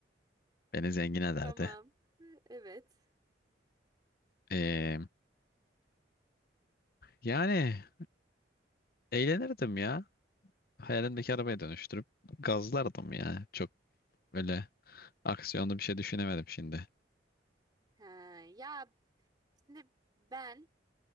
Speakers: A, on the left; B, on the right.
A: beni zengin ederdi.
B: Tamam. Evet.
A: Ee, yani eğlenirdim ya. Hayalimdeki arabaya dönüştürüp gazlardım ya. Çok öyle aksiyonlu bir şey düşünemedim şimdi.
B: Ha, ya şimdi ben